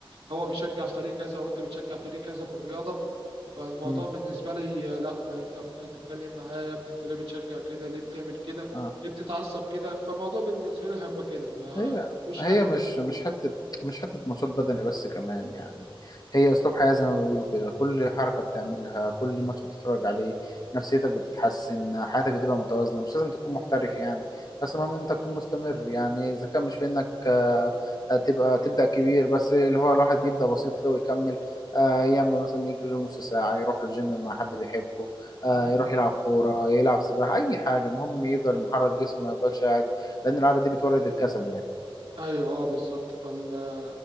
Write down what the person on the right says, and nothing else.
هو بيشجع فريق كذا وانت بتشجع فريق كذا في الرياضه فالموضوع
بالنسبه لي آه، لا انت ممكن تتكلم معاه يا ابني انت ليه بتشجع كده ليه بتعمل كده
ليه بتتعصب كده فالموضوع بالنسبه لي هيبقى كده ما
مش
حل
تاني
مم.
ايوه اه بالظبط فال